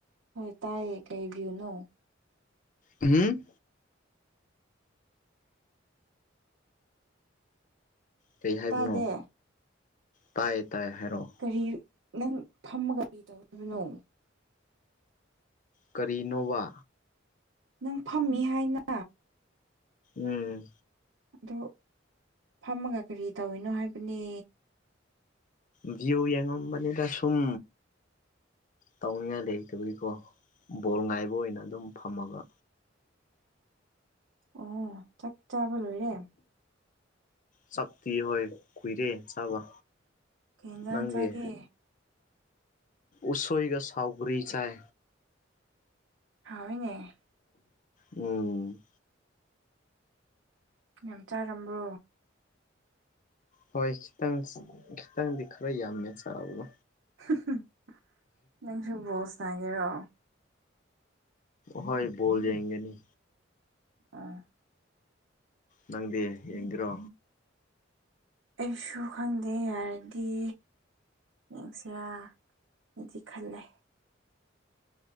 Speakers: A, on the right; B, on the left.
A: ꯍꯣꯏ ꯇꯥꯏꯌꯦ ꯀꯩ ꯕꯤꯌꯨꯅꯣ
B: ꯎꯝ ꯀꯩ ꯍꯥꯏꯕꯅꯣ
A: ꯇꯥꯗꯦ
B: ꯇꯥꯏ ꯇꯥꯏ ꯍꯥꯏꯔꯛꯑꯣ
A: ꯀꯔꯤ ꯅꯪ ꯐꯝꯃꯒ ꯀꯔꯤ ꯇꯧꯔꯤꯕꯅꯣ
B: ꯀꯔꯤꯅꯣꯕ
A: ꯅꯪ ꯐꯝꯃꯤ ꯍꯥꯏꯅ
B: ꯎꯝ
A: ꯑꯗꯣ ꯐꯝꯃꯒ ꯀꯔꯤ ꯇꯧꯔꯤꯅꯣ ꯍꯥꯏꯕꯅꯦ
B: ꯚꯤꯌꯨ ꯌꯦꯡꯉꯝꯕꯅꯤꯗ ꯁꯨꯝ ꯇꯧꯅꯤꯡꯉꯥꯏ ꯂꯩꯇꯒꯤꯀꯣ ꯕꯣꯜ ꯉꯥꯏꯕ ꯑꯣꯏꯅ ꯑꯗꯨꯝ ꯐꯝꯃꯒ
A: ꯑꯣ ꯆꯥꯛ ꯆꯥꯕ ꯂꯣꯏꯔꯦ
B: ꯆꯞꯇꯤ ꯍꯣꯏ ꯀꯨꯏꯔꯦ ꯆꯥꯕ
A: ꯀꯩ ꯏꯟꯖꯥꯡ
B: ꯅꯪꯗꯤ
A: ꯆꯥꯒꯦ
B: ꯎꯁꯣꯏꯒ ꯁꯥꯎꯒ꯭ꯔꯤ ꯆꯥꯏ
A: ꯍꯥꯎꯋꯤꯅꯦ
B: ꯎꯝ
A: ꯌꯥꯝ ꯆꯥꯔꯝꯕ꯭ꯔꯣ
B: ꯍꯣꯏ ꯈꯤꯇꯪ ꯈꯤꯇꯪꯗꯤ ꯈꯔ ꯌꯥꯝꯃꯦ ꯆꯥꯕꯗꯣ
A: ꯍꯨꯝꯍꯨꯝ ꯅꯪꯁꯨ ꯕꯣꯁ ꯁꯥꯟꯅꯒꯦꯔꯣ
B: ꯍꯣꯏ ꯕꯣꯜ ꯌꯦꯡꯒꯅꯤ
A: ꯑꯣ
B: ꯅꯪꯗꯤ ꯌꯦꯡꯒꯦꯔꯣ
A: ꯑꯩꯁꯨ ꯈꯪꯗꯦ ꯌꯥꯔꯗꯤ ꯌꯦꯡꯁꯤꯔꯥ ꯅꯗꯤ ꯈꯜꯂꯦ